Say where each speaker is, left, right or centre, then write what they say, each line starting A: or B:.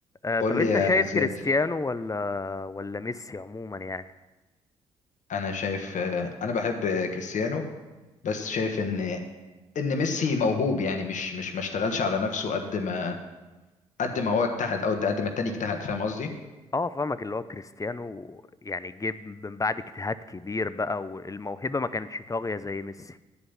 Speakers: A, on the left; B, on the left.
A: آه،
B: قول
A: طب انت
B: لي يا
A: شايف
B: زياد
A: كريستيانو ولا ولا ميسي عموما يعني
B: انا شايف انا بحب كريستيانو بس شايف ان ان ميسي موهوب يعني مش مش ما اشتغلش على نفسه قد ما قد ما هو اجتهد او قد ما التاني اجتهد فاهم قصدي
A: اه فاهمك اللي هو كريستيانو يعني جيب من بعد اجتهاد كبير بقى والموهبة ما كانتش طاغية زي ميسي